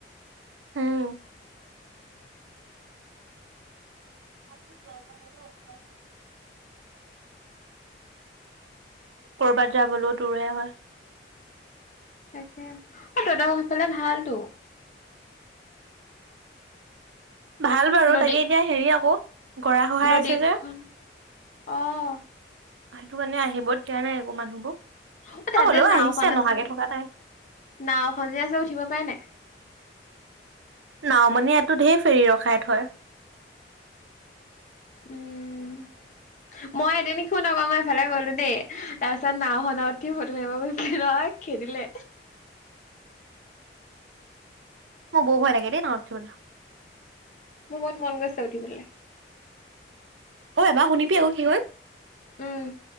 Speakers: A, on the right (about 90°); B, on the left (about 40°).
A: হুম। <unintelligible> কৰ'বাত যাবলৈও দূৰহে হয়।
B: তাকে অ' তত সফালে ভালতো।
A: ভাল বাৰু
B: নদী
A: তাকে এতিয়া হেৰি আকৌ গৰা খহাই
B: নদীখন,
A: আছে যে
B: অহ।
A: সেইটো কাৰণে আহিব দিয়া নাই একো মানুহবোৰ।
B: অ' তাত
A: হ'লেও
B: যে নাওখন
A: আহিছে
B: আছিলে,
A: নহাকে থকা নাই।
B: নাওখন যে আছে উঠিব পাই নাই?
A: নাও মানে ইয়াতটো ঢেৰ ফেৰী ৰখাই থয়।
B: উম। মই এদিন শুন আকৌ, মই এফালে গলো দেই তাৰপিছত নাও খনত উঠি ফটো মাৰিব গৈছিলো নহয় খেদিলে
A: মোৰ বৰ ভয় লাগে দে নাৱত উঠিবলে
B: মোৰ বহুত মন গৈছে উঠিবলৈ
A: অ', এবাৰ শুনিবি আকৌ কি হল,
B: উম